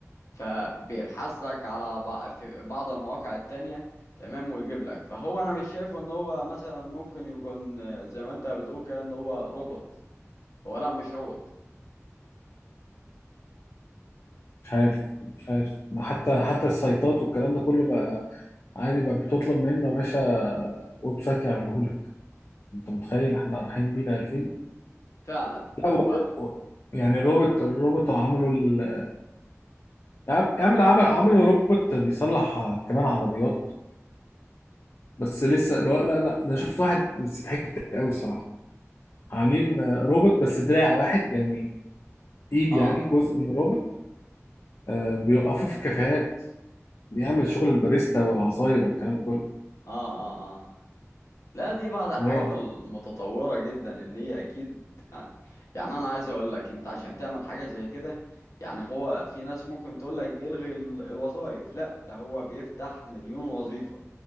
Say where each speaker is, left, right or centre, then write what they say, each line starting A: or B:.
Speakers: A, on the left; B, on the left.
A: فبيبحث لك على بع- في بعض المواقع التانية تمام ويجيب لك فهو انا مش شايف ان هو مثلا ممكن يكون آه، زي ما انت بتقول كده ان هو روبوت هو لا مش روبوت
B: مش عارف مش عارف ما حتى حتى السايتات والكلام ده كله بقى عادي بقى بتطلب منه يا باشا ويب سايت يعمله لك انت متخيل احنا رايحين بينا 2000
A: فعلا
B: لا
A: هو
B: و... و- يعني الروبوت الروبوت عملوا ال... يا عم يا عم ده عمل عملوا روبوت بيصلح كمان عربيات بس لسه لا لا لا ده شفت واحد بس ضحكت قوي الصراحه عاملين آه، روبوت بس دراع واحد يعني ايد
A: اه
B: يعني جزء من روبوت آه، بيوقفوه في الكافيهات بيعمل شغل الباريستا والعصاير والكلام ده كله
A: اه اه اه لا دي بعض الحاجات
B: اه
A: المتطورة جدا اللي هي أكيد يعني يعني أنا عايز أقول لك أنت عشان تعمل حاجة زي كده يعني هو في ناس ممكن تقول لك بيلغي الوظائف لا ده هو بيفتح مليون وظيفة